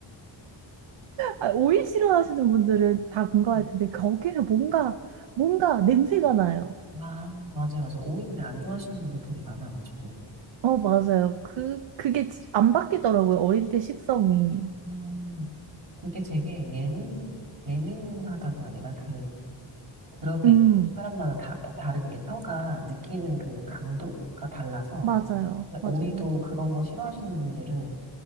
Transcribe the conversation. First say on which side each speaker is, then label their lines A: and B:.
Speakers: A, on the right (about 70°); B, on the right (about 45°).
A: 아, 오이 싫어하시는 분들은 다 공감할
B: 음.
A: 텐데 거기서 뭔가 뭔가 냄새가 나요.
B: 아, 맞아요, 맞아요. 오이인데 안 좋아하시는 분들 되게 많아가지고.
A: 어, 맞아요. 그 그게 지- 안 바뀌더라고요. 어릴 때 식성이.
B: 음, 그게 되게 예민, 예민하다고 해야 되나? 그, 그런 게
A: 음,
B: 있고. 사람마다 다, 다 다른 게 혀가 느끼는 그 강도가 달라서.
A: 맞아요. 맞아요.
B: 오이도 그런 거 싫어하시는 분들은